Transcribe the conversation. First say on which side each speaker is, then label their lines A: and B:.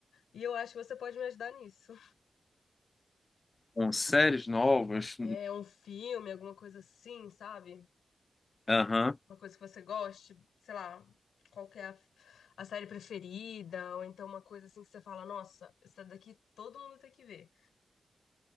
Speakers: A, on the left; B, on the left.
A: E eu acho que você pode me ajudar nisso.
B: Com séries novas?
A: É um filme, alguma coisa assim, sabe?
B: Aham.
A: Uma coisa que você goste, sei lá, qual que é a, a série preferida, ou então uma coisa assim que você fala, nossa, essa daqui todo mundo tem que ver.